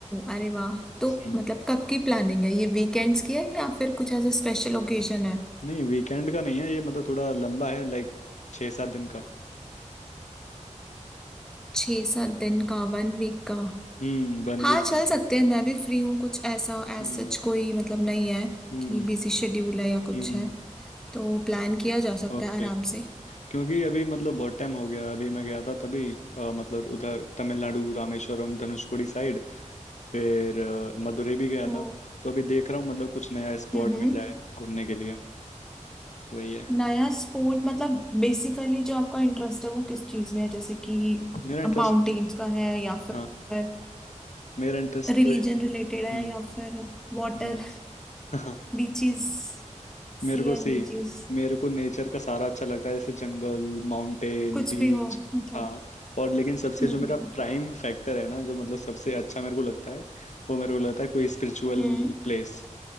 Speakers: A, in the centre; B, on the left (about 65°).
A: अरे वाह तो
B: हम्म,
A: मतलब कब की प्लानिंग है ये वीकेंड्स की है या फिर कुछ ऐसा स्पेशल ओकेजन है
B: नहीं वीकेंड का नहीं है ये मतलब थोड़ा लंबा है लाइक छः सात दिन का
A: छः सात दिन का वन वीक का
B: हम्म One
A: हाँ
B: week
A: चल
B: something
A: सकते हैं मैं भी फ्री हूँ कुछ ऐसा एज
B: हम्म
A: सच कोई मतलब नहीं है
B: हम्म
A: कि बिजी शेड्यूल है या कुछ
B: हम्म
A: है तो प्लान किया जा सकता
B: ओके
A: है आराम से
B: क्योंकि अभी मतलब बहुत टाइम हो गया अभी मैं गया था तभी अ, मतलब उधर तमिलनाडु रामेश्वरम धनुषकोडी साइड फिर अ, मदुरै भी गया
A: ओ
B: था तो अभी देख रहा हूँ मतलब कुछ नया स्पॉट
A: हम्म
B: मिल जाए घूमने के लिए वही है
A: नया स्पोर्ट मतलब बेसिकली जो आपका इंटरेस्ट है वो किस चीज में है जैसे कि
B: मेरा इंटरेस्ट
A: माउंटेन्स का है या फिर
B: हाँ मेरा इंटरेस्ट
A: रिलीजन
B: तो ये-
A: रिलेटेड है
B: हम्म
A: या फिर water
B: हम्म <laughs> हाँ,
A: beaches
B: मेरे
A: sea
B: को
A: and
B: सी
A: beaches
B: मेरे को नेचर का सारा अच्छा लगता है जैसे जंगल माउंटेन
A: कुछ
B: बीच
A: भी हो मतलब
B: हाँ और लेकिन सबसे
A: हम्म
B: जो मेरा
A: हम्म
B: प्राइम फैक्टर है ना जो मतलब सबसे अच्छा मेरे को लगता है वो मेरे को लगता है कोई स्पिरिचुअल
A: हम्म।
B: प्लेस